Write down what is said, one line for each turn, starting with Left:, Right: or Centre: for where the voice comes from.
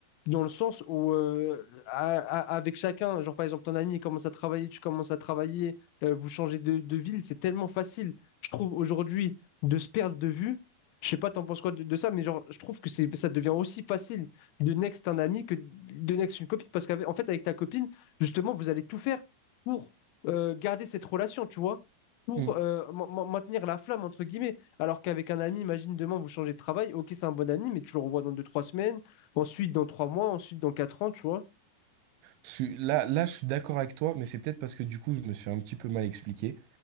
Left: dans le sens où euh, à- à- avec chacun, genre par exemple ton ami commence à travailler, tu commences à travailler, euh, vous changez de, de ville, c'est tellement facile, je trouve aujourd'hui, de se perdre de vue. Je sais pas, t'en penses quoi de, de ça, mais genre, je trouve que c'est, ça devient aussi facile de next un ami que de next une copine, parce qu'en fait, avec ta copine, justement, vous allez tout faire pour euh, garder cette relation, tu vois pour
Right: Ouais.
Left: euh, ma- ma- maintenir la flamme, entre guillemets. Alors qu'avec un ami, imagine demain, vous changez de travail, ok, c'est un bon ami, mais tu le revois dans deux, trois semaines, ensuite dans trois mois, ensuite dans quatre ans, tu vois.
Right: Je suis- là, là, je suis d'accord avec toi, mais c'est peut-être parce que du coup, je me suis un petit peu mal expliqué.